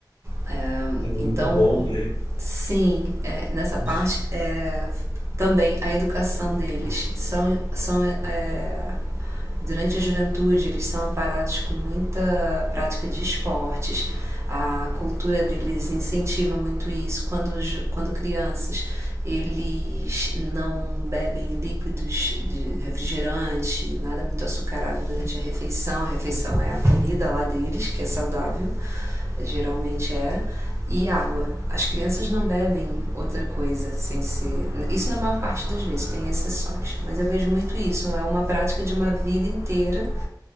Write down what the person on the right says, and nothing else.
É,
então,
sim, é, nessa
parte, é, também a educação deles são, são é, Durante a juventude, eles são amparados com muita prática de esportes. A cultura deles incentiva muito isso. Quando, quando crianças, eles não bebem líquidos de refrigerante, nada muito açucarado durante a refeição. A refeição é a comida lá deles, que é saudável geralmente é, e água. As crianças não bebem outra coisa sem ser. Isso na maior parte das vezes, tem exceções, mas eu vejo muito isso. É uma prática de uma vida inteira